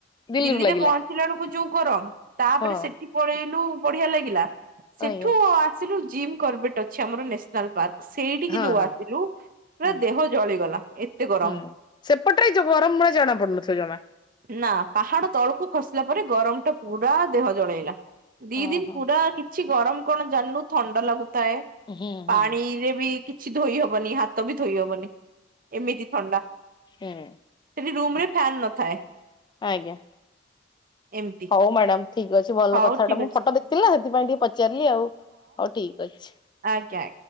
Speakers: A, on the left; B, on the right.
A: ଦିଲ୍ଲୀରୁ
B: ଦିଲ୍ଲୀରେ
A: ଲାଗିଲା
B: ପହଞ୍ଚିଲା ବେଳକୁ ଯୋଉ ଗରମ ତାପରେ
A: ହଁ
B: ସେଠି ପଳେଇଲୁ ବଢିଆ ଲାଗିଲା ସେଠୁ
A: ଆଜ୍ଞା
B: ଆସିଲୁ ଜିମ୍ କର୍ବେଟ ଅଛି ଆମର ନ୍ୟାସନାଲ ପାର୍କ। ସେଇଠିକି
A: ହଁ
B: ଯୋଉ
A: ହଁ
B: ଆସିଲୁ ପୁରା
A: ହୁଁ
B: ଦେହ ଜଳିଗଲା ଏତେ ଗରମ।
A: ହୁଁ ସେପଟରେ ଜବର ମଳ ଜଣା ପଡୁନଥିବ ଜମା।
B: ନା ପାହାଡ ତଳକୁ ଖସିଲା ପରେ ଗରମ ଟା ପୁରା ଦେହ ଜଳେଇଲା। ଦି
A: ଓହୋ
B: ଦିନ ପୁରା କିଛି ଗରମ କଣ ଜାଣିନୁ ଥଣ୍ଡା ଲାଗୁଥାଏ
A: ହୁଁ ହୁଁ
B: ପାଣିରେ ବି କିଛି ଧୋଇହବନି ହାତ ବି ଧୋଇହବନି। ଏମିତି ଥଣ୍ଡା ସେଠି
A: ହୁଁ
B: ରୁମରେ ପ୍ୟାନ୍ ନଥାଏ।
A: ଆଜ୍ଞା।
B: ଏମିତି
A: ହଉ ମ୍ୟାଡାମ ଠିକ ଅଛି ଭଲ
B: ହଉ
A: କଥାଟା
B: ଠିକ
A: ମୁଁ
B: ଅଛି।
A: ଫଟୋ ଦେଖିଥିଲା ସେଥିପାଇଁ ଟିକେ ପଚାରିଲି ଆଉ ହଉ ଠିକ ଅଛି।
B: ଆଜ୍ଞା।